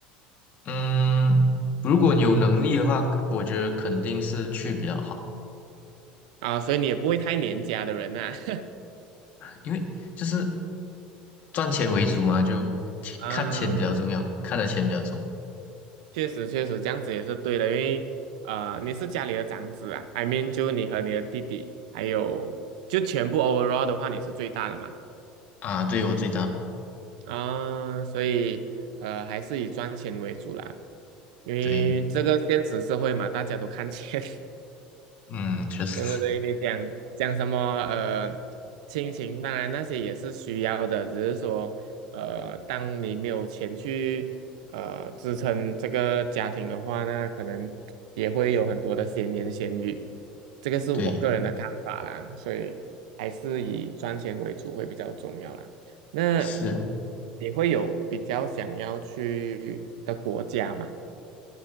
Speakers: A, on the left; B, on the right.
A: 嗯，如果你有能力的话，我觉得肯定是去比较好，
B: 啊，所以你也不会太黏家的人呐、<laughs>
A: 因为就是赚钱为主嘛，就
B: 啊。
A: 看钱比较重要，看的钱比较重
B: 确实确实这样子也是对的，因为呃，你是家里的长子啊，I mean 就你和你的弟弟，还有就全部 overall 的话，你是最大的嘛。
A: 啊，对我最大，
B: 啊，所以呃，还是以赚钱为主啦，因为这个现实社会嘛，
A: 对，
B: 大家都看钱。<laughs>
A: 嗯，确实。
B: 对不对？你讲讲什么？呃，亲情，当然那些也是需要的，只是说，呃，当你没有钱去呃支撑这个家庭的话，那可能也会有很多的闲言闲语。这个是我个人的看法啦，
A: 对，
B: 所以还是以赚钱为主会比较重要啦。那
A: 是，
B: 你会有比较想要去的国家吗？